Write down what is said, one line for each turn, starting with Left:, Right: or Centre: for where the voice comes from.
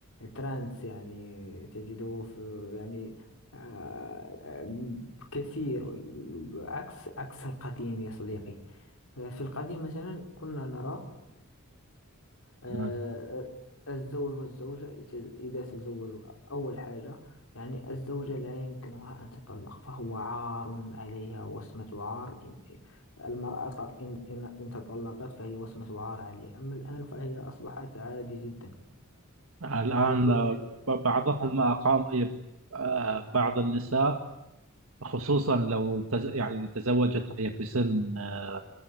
Left: ترانس يعني تجده في يعني آه، كثير عكس عكس القديم يا صديقي آه، في القديم مثلا كنا نرى آه،
Right: مم.
Left: الزوج والزوجة يت- إذا تزوجوا أول حاجة يعني الزوجة لا يمكنها أن تطلق فهو عار عليها وسمة عار إن- المرأة ط- إن إن إن تطلقت فهي وسمة عار عليها أما الآن فهي أصبحت عادي جدا
Right: الآن
Left: يمكن
Right: آه، ب- بعضهم أقام آه، بعض النساء خصوصا لو تز... يعني تزوجت وهي في سن آه،